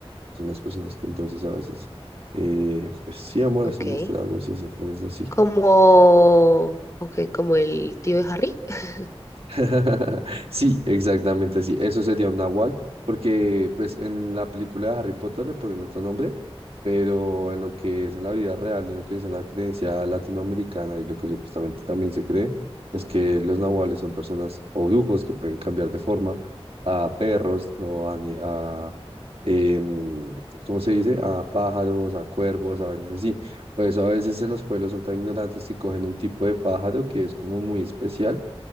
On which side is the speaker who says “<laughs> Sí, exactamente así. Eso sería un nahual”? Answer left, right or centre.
Right